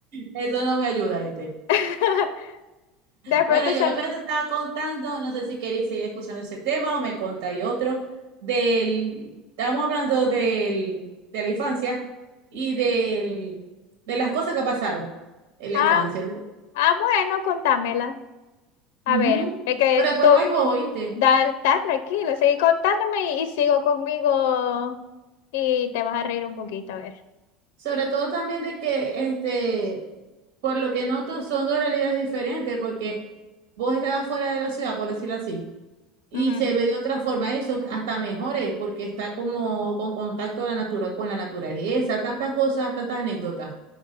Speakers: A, on the right; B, on the left.
A: Eso no me ayuda, ¿viste?
B: <laughs> De
A: Bueno,
B: pronto
A: yo
B: sale,
A: la otra vez te estaba contando, no sé si queréis seguir escuchando ese tema o me contáis otro, del, estábamos hablando del, de la infancia y del, de las cosas que pasaron en la
B: ah,
A: infancia.
B: ah, bueno, contámela. A
A: Ujú.
B: ver, es que
A: Pero después
B: tú,
A: vais vos, oíste.
B: da, está tranquilo, seguí contándome y, y sigo conmigo y te vas a reír un poquito, a ver.
A: Sobre todo también de que, este, por lo que noto, son dos realidades diferentes, porque vos estabas fuera de la ciudad, por decirlo así. Y
B: Ujú.
A: se ve de otra forma eso, hasta mejor es, porque está como con contacto a la natura, con la naturaleza, tantas cosas, tantas anécdotas.